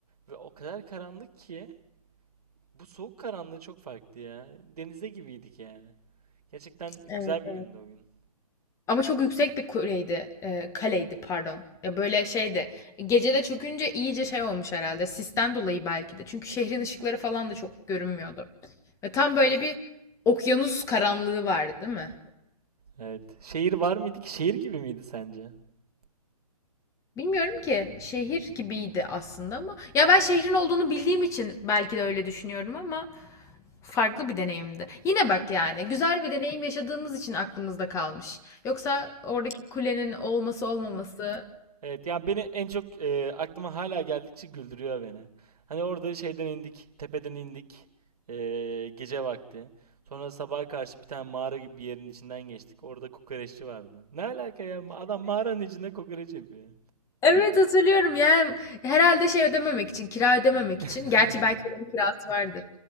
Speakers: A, on the right; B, on the left.
A: ve o kadar karanlık ki bu soğuk karanlığı çok farklı ya. Denizde gibiydik yani. Gerçekten
B: Evet.
A: güzel bir gündü o gün.
B: Ama çok yüksek bir kuleydi. e, kaleydi pardon. Ya böyle şeydi. Gecede çökünce iyice şey olmuş herhalde. Sisten dolayı belki de. Çünkü şehrin ışıkları falan da çok görünmüyordu. Ve tam böyle bir okyanus karanlığı vardı, değil mi?
A: Evet. Şehir var mıydı ki? Şehir gibi miydi sence?
B: Bilmiyorum ki. Şehir gibiydi aslında ama ya ben şehrin olduğunu bildiğim için belki de öyle düşünüyorum ama farklı bir deneyimdi. Yine bak yani güzel bir deneyim yaşadığımız için aklımızda kalmış. Yoksa oradaki kulenin olması olmaması
A: Evet ya beni en çok e, aklıma hala geldikçe güldürüyor beni. Hani orada şeyden indik, tepeden indik. e, gece vakti. Sonra sabaha karşı bir tane mağara gibi bir yerin içinden geçtik. Orada kokoreççi vardı. Ne alaka ya? Adam mağaranın içinde kokoreç yapıyor.
B: Evet hatırlıyorum yani herhalde şey ödememek için, kira ödememek
A: <laughs>
B: için. Gerçi belki oranın kirası vardır.